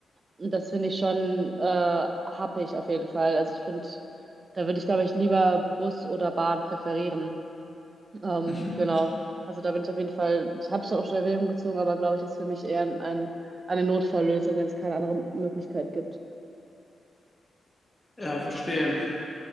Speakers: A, on the right; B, on the left.
A: Und das finde ich schon äh, happig auf jeden Fall. Also ich finde, da würde ich, glaube ich, lieber Bus oder Bahn präferieren. Ähm,
B: Mhm.
A: genau. Also da bin ich auf jeden Fall, ich habe ich dann auch schon in Erwägung gezogen, aber glaube ich, ist für mich eher ein, ein, eine Notfalllösung, wenn es keine andere Möglichkeit gibt.
B: Ja, verstehe.